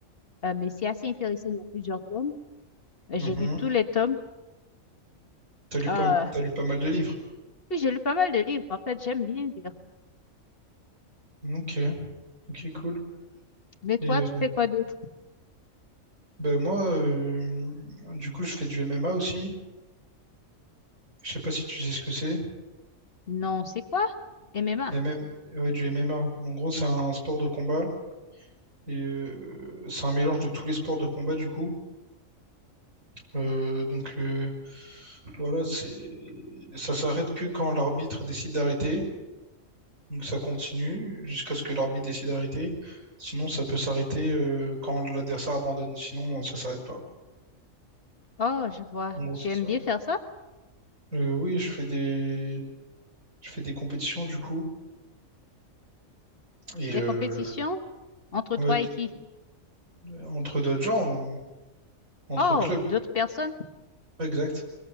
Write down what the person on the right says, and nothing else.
Mhm.
T'as lu
pas, t'as lu pas mal de livres.
Ok. Ok, cool.
Et
euh,
ben moi, euh, du coup, je fais du MMA aussi. Je sais pas si tu sais ce que c'est.
MM... Ouais, du MMA. En gros, c'est un sport de combat. Et euh, c'est un mélange de tous les sports de combat du coup. Euh, donc euh, voilà, c'est ça s'arrête que quand l'arbitre décide d'arrêter. Donc ça continue jusqu'à ce que l'arbitre décide d'arrêter. Sinon, ça peut s'arrêter euh, quand l'adversaire abandonne. Sinon, ça s'arrête pas.
En gros,
c'est
ça.
Euh, oui, je fais des je fais des compétitions du coup et
euh,
ouais,
d-
entre d'autres gens, euh, entre
clubs,
exact.